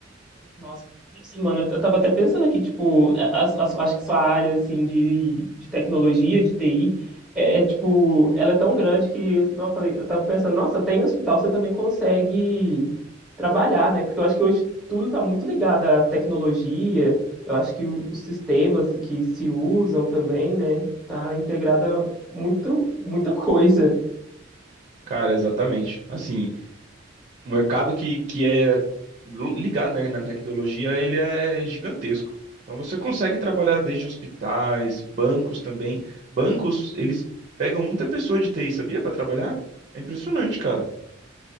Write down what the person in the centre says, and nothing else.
Nossa, Isso, mano, eu eu tava até pensando aqui, tipo, a- a- a- acho que sua área, assim, de, de tecnologia, de TI, é, é, tipo, ela é tão grande que, assim, eu falei, eu tava pensando, nossa, tem hospital, você também consegue trabalhar, né? Porque eu acho que hoje tudo tá muito ligado à tecnologia, eu acho que o- os sistemas que se usam também, né, tá integrada muito, muita coisa.